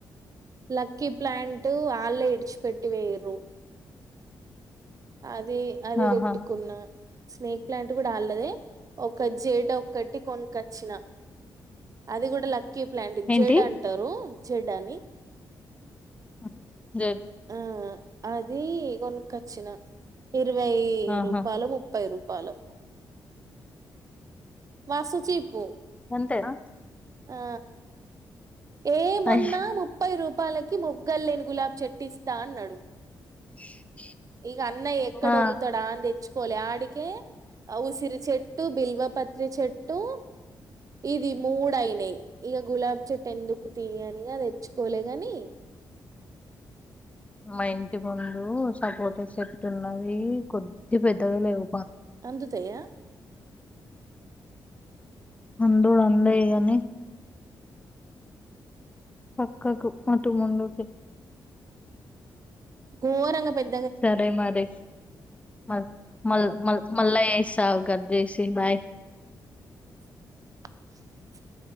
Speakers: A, on the right; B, on the left.
A: లక్కీ ప్లాంట్ అలే ఇచ్చిపెట్టి, పోయిరు. అది, అది
B: ఆహా
A: వెట్టుకున్న. స్నేక్ ప్లాంట్ కూడా, అలదే ఒక జేడ్ ఒకటి కొన్కొచ్చిన. అది కూడా లక్కీ ప్లాంట్.
B: ఏంటి
A: జేడ్ అంటారు జెడ్ అని.
B: మ్, జెడ్.
A: ఆ, అది కొన్కొచ్చిన. ఇరవై
B: ఆహా
A: రూపాలో, ముప్పై రూపాలో. మస్త్ చీప్.
B: అంతేనా?
A: ఆ, ఏ మొన్నా
B: అయ్,
A: ముప్పై రూప్. తపాలకి మొగ్గ లేని, గులాబ్ చెట్టు ఇస్తా అన్నాడు.
B: <inaudible>
A: ఇగ అన్న, ఎక్కడ
B: ఆ
A: ఓరుతాడా అని తెచ్. కోలే అడికే, ఆ ఉసిరి చెట్టు, బిల్వపత్రీ చెట్టు. ఇది మూడు అయినయి. ఇగ గులాబ్ చెట్టు ఎందుకు తీయనిగా తెచ్చుకోలే గానీ.
B: మా ఇంటి ముందు సపోటా చెట్టు ఉన్నది. కొద్ది పెద్దగా లేవ్.
A: అందుతయ్యాయా?
B: అంధుడు అందయి గానీ, పక్కకు, అటు ముందుకి.
A: గోరంగా, పోయింది.
B: సరే మరి, మల్ మల్ మల్ మల్లజేస్తాగు. కాజేసిన్ బాయ్.
A: <unintelligible>